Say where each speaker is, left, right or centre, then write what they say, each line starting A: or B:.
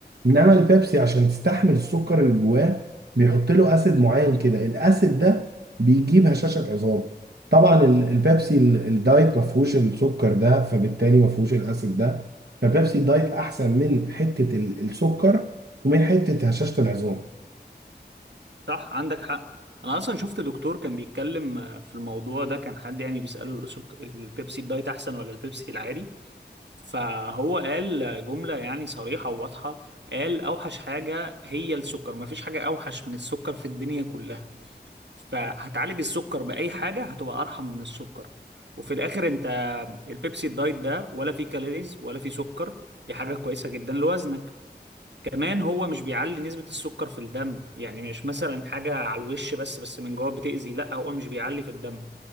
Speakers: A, on the right; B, on the right.
A: انما البيبسي عشان تستحمل السكر اللي جواه بيحط له اسيد معين كده الاسيد ده بيجيب هشاشه عظام طبعا ال- البيبسي ال- الدايت ما فيهوش السكر ده فبالتالي ما فيهوش الاسيد ده فبيبسي الدايت احسن من حته ال- السكر ومن حته هشاشه العظام
B: صح عندك حق أنا أصلا شفت دكتور كان بيتكلم آه، في الموضوع ده كان حد يعني بيسأله الأسوك- البيبسي الدايت أحسن ولا البيبسي العادي فهو قال جملة يعني صريحة وواضحة قال أوحش حاجة هي السكر مفيش حاجة أوحش من السكر في الدنيا كلها فهتعالج السكر بأي حاجة هتبقى أرحم من السكر وفي الآخر أنت البيبسي الدايت ده ولا فيه كالوريز ولا فيه سكر دي حاجة كويسة جدا لوزنك كمان هو مش بيعلي نسبة السكر في الدم يعني مش مثلا حاجة على الوش بس بس من جوه بتأذي لا هو مش بيعلي في الدم